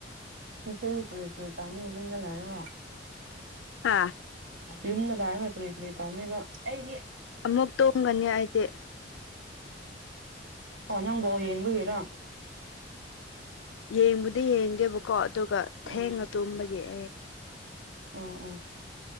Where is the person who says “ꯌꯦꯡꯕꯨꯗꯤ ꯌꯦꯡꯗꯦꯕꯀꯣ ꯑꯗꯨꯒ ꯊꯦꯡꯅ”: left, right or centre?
Left